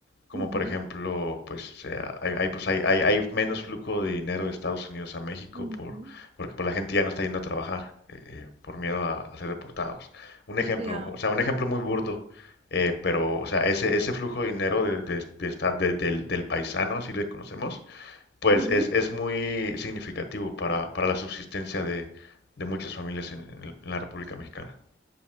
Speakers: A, on the left (about 55°); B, on the right (about 30°).
A: Como
B: ujú,
A: por ejemplo, pues, eh, hay, hay, pues hay, hay, hay menos flujo de dinero de Estados Unidos a México
B: ujú.
A: por, porque pues, la gente ya no está yendo a trabajar eh, eh, por miedo a, a ser deportados. Un ejemplo,
B: claro.
A: o sea, un ejemplo muy burdo, eh, pero, o sea, ese, ese flujo de dinero de, de- de esta- de- del, del paisano, así le conocemos, pues
B: Ujú,
A: es, es muy significativo para, para la subsistencia de, de muchas familias en en el- en la República Mexicana.